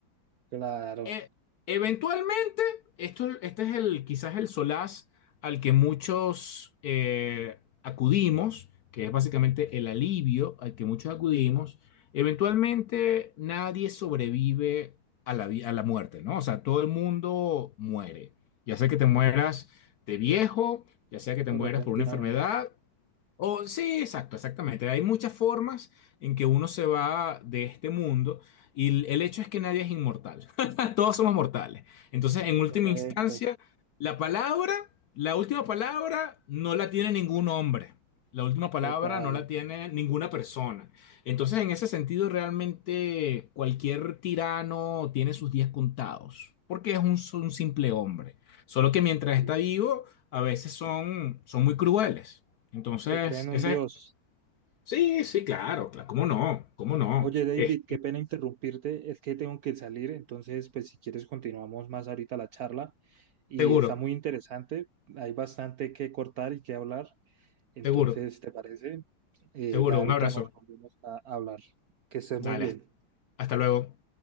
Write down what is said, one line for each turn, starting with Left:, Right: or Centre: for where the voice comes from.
Right: claro,
Left: E- eventualmente, esto, este es el, quizás el solaz al que muchos eh, acudimos, que es básicamente el alivio al que muchos acudimos. Eventualmente, nadie sobrevive a la, vi- a la muerte, ¿no? O sea, todo el mundo muere. Ya sea que te mueras de viejo, ya sea que te
Right: o
Left: mueras
Right: repentinamente.
Left: por una enfermedad o- sí, exacto, exactamente. Hay muchas formas en que uno se va de este mundo y el el hecho es que nadie es inmortal. <laughs> Todos somos mortales. Entonces, en última
Right: Correcto,
Left: instancia, la palabra, la última palabra no la tiene ningún hombre. La última palabra
Right: total.
Left: no la tiene ninguna persona. Entonces, en ese sentido, realmente cualquier tirano tiene sus días contados, porque es un, un simple hombre. Solo que mientras
Right: sí,
Left: está vivo, a veces son, son muy crueles. Entonces,
Right: Se creen un
Left: ese...
Right: dios.
Left: Sí, sí, claro, claro. ¿Cómo no? ¿Cómo no?
Right: Oye, David,
Left: Eh,
Right: qué pena interrumpirte, es que tengo que salir, entonces, pues si quieres continuamos más ahorita la charla y
Left: seguro,
Right: está muy interesante, hay bastante que cortar y que hablar, entonces,
Left: seguro,
Right: ¿te parece? Eh,
Left: seguro.
Right: ya
Left: Un
Right: ahorita
Left: abrazo.
Right: nos volvemos a hablar. Que estés
Left: Dale,
Right: muy bien.
Left: hasta hasta luego.